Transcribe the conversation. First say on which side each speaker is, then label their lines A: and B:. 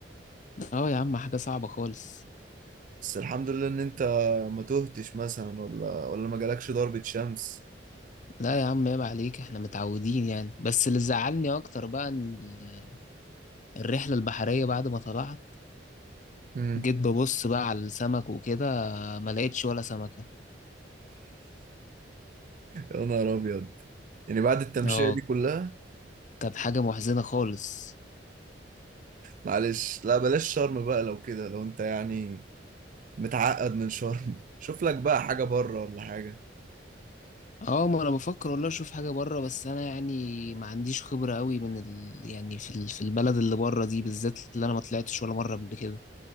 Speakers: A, on the left (about 45°); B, on the right (about 45°).
A: اه يا عم حاجة صعبة خالص
B: بس الحمد لله ان انت ما تهتش مثلا ولا ولا ما جالكش ضربة شمس
A: لا يا عم عيب عليك احنا متعودين يعني بس اللي زعلني أكتر بقى إن ال- الرحلة البحرية بعد ما طلعت
B: امم
A: جيت ببص بقى على السمك وكده ما لقيتش ولا سمكة
B: <laughs> يا نهار ابيض يعني بعد التمشية
A: اه
B: دي كلها
A: كانت حاجة محزنة خالص
B: معلش لا بلاش شرم بقى لو كده لو انت يعني متعقد من شرم <laughs> شوف لك بقى حاجة بره ولا حاجة
A: اه ما انا بفكر والله اشوف حاجه بره بس انا يعني ما عنديش خبره قوي من ال... يعني في ال... في البلد اللي بره دي بالذات اللي انا ما طلعتش ولا مره قبل كده